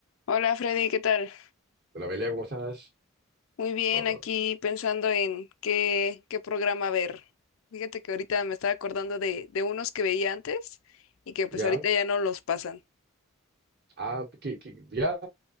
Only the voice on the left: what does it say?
Hola Freddy, ¿qué tal?
Muy bien,
aquí pensando en qué, qué programa ver. Fíjate que ahorita me estaba acordando de, de unos que veía antes y que pues
ahorita ya no los pasan.